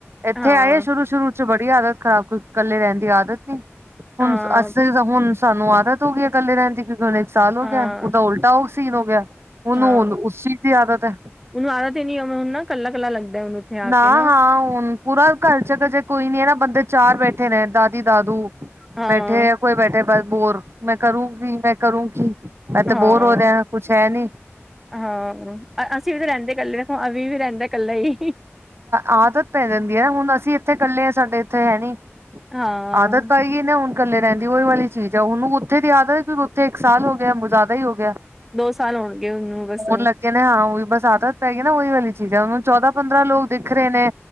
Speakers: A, on the right; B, in the centre.
A: ਇੱਥੇ
B: ਹਾਂ
A: ਆਏ ਸ਼ੁਰੂ-ਸ਼ੁਰੂ 'ਚ ਬੜੀ ਆਦਤ ਖਰਾਬ, ਕੱਲੇ ਰਹਿਣ ਦੀ ਆਦਤ ਨੀ। ਹੁਣ
B: ਹਾਂ
A: ਅਸੀਂ ਤਾਂ ਹੁਣ ਸਾਨੂੰ ਆਦਤ ਹੋ ਗਈ ਹੈ, ਕੱਲੇ ਰਹਿਣ ਦੀ ਕਿਉਂਕਿ ਹੁਣ ਇੱਕ ਸਾਲ ਹੋਗਿਆ,
B: ਹਾਂ
A: ਉਹ ਤਾਂ ਉਲ ਨਾ ਉਹ ਸੀਨ ਹੋਗਿਆ, ਉਹਨੂੰ
B: ਹਾਂ
A: ਹੁਨ ਉਸ ਚੀਜ਼ ਦੀ ਆਦਤ ਐ।
B: ਉਹਨੂੰ ਆਦਤ ਹੀ ਨੀ ਆ, ਹੁਣ ਕੱਲਾ-ਕੱਲਾ ਲੱਗਦਾ ਉਹਨੂੰ। ਉੱਥੇ ਆ
A: ਨਾ,
B: ਕੇ
A: ਹਾਂ, ਹੁਣ, ਪੂਰਾ ਘਰ'ਚ ਕਜੇ ਕੋਈ ਨੀ ਹੈ ਨਾ ਬੰਦੇ ਚਾਰ ਬੈਠੇ ਨੇ ਦਾਦੀ-ਦਾਦੂ।
B: ਹਾਂ
A: ਬੈਠੇ, ਕੋਈ ਬੈਠੇ ਬਸ ਬੋਰ ''ਮੈਂ ਕਰੂੰਗੀ, ਮੈਂ ਕਰੂੰਗੀ। ਮੈਂ ਤੇ
B: ਹਾਂ,
A: ਬੋਰ ਹੋ ਰਿਹਾ ਕੁਛ ਹੈ ਨੀ
B: ਹਾਂ, ਅਸੀਂ ਵੀ ਤਾਂ ਰਹਿੰਦੇ ਕੱਲੇ। ਅਵੀ ਵੀ ਰਹਿੰਦਾ ਇਕੱਲਾ ਹੀ
A: ਆਦਤ ਪੈ ਜਾਂਦੀ ਹੈ ਹੁਣ ਅਸੀਂ ਇੱਥੇ ਇਕੱਲੇ ਹਾਂ ਸਾਡੇ ਇੱਥੇ ਹੈਨੀ
B: ਹਾਂ,
A: ਆਦਤ ਪਾਈਏ ਹੁਣ ਇਕੱਲੇ ਰਹਿੰਦੀ ਉਹੀ ਵਾਲੀ ਚੀਜ਼ ਹੈ ਉਹਨੂੰ ਉੱਥੇ ਦੀ ਆਦਤ ਹੈ ਉੱਥੇ ਇੱਕ ਸਾਲ ਹੋ ਗਿਆ ਜ਼ਿਆਦਾ ਹੀ ਹੋ ਗਿਆ।
B: ਦੋ ਸਾਲ ਹੋਣਗੇ ਏ ਉਹਨੂੰ ਬਸ
A: ਹੋਣ ਲੱਗੇ ਨੇ ਹਾਂ ਉਹੀ ਬਸ ਆਦਤ ਪੈ ਗਈ ਨਾ ਉਹੀ ਵਾਲੀ ਚੀਜ਼ ਹੈ ਉਹਨੂੰ ਚੌਦਾਂ ਪੰਦਰਾਂ ਲੋਕ ਦਿਖ ਰਹੇ ਨੇ